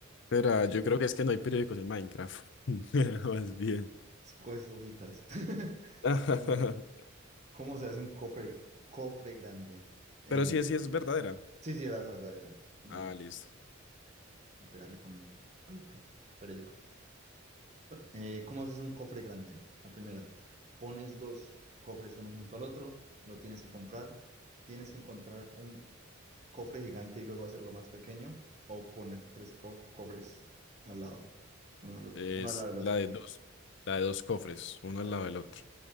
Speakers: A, on the left (about 60°); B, on the right (about 35°).
A: será, yo creo que es que no hay periódicos en Minecraft. <laughs> Más bien.
B: Coges hojitas. <laughs>
A: <laughs>
B: Bueno, ¿cómo se hace un cofre, cofre grande? Eh,
A: Pero sí, sí es verdadera.
B: sí, sí, era la verdadera. el-
A: Ah, listo.
B: pegarle con un paper, periódico. Eh, ¿cómo haces un cofre grande? La primera, pones dos cofres uno junto al otro, lo tienes que comprar, tienes que encontrar un cofre gigante y luego hacerlo más pequeño, o poner tres cof- cofres al lado, uno al, o-
A: Es
B: uno al lado del otro,
A: la de dos. La de dos cofres, uno
B: de
A: al lado
B: los
A: del
B: dos.
A: otro.